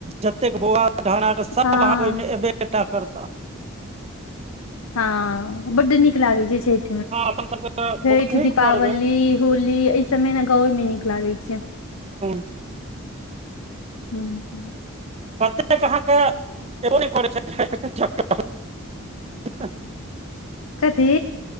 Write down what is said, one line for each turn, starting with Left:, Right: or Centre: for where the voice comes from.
Right: जतेक बउआ ढहना कऽ सब
Left: हँ
Right: अहाँ के ओहिमे एबे टा करताह।
Left: हां बड नीक लागै छै छैठ।
Right: हां अपन सबके
Left: छइठ,
Right: बहुत नीक
Left: दीपावली,
Right: पर्व अइ
Left: होली अय सब मे न गांवे मे नीक लागै छय।
Right: <inaudible>
Left: हूँ- हूँ
Right: कतेक अहाँ के एबो ने करै छथि। <unintelligible> <unintelligible>
Left: कथी।